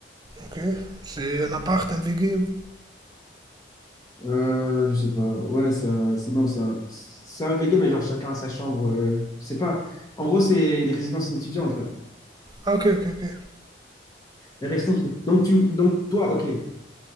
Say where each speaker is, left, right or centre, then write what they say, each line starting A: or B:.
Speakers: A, on the right (about 20°); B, on the left (about 20°).
A: Ok. C'est un appart, un VG ou...
B: Euh, je sais pas. Ouais, ça, c'est- non, c'est un, c'est un VG, mais genre chacun a sa chambre. euh, c'est pas. En gros, c'est les résidences étudiantes, là.
A: Ah, ok, ok, ok.
B: Les résidences- Donc, tu, donc, toi, ok.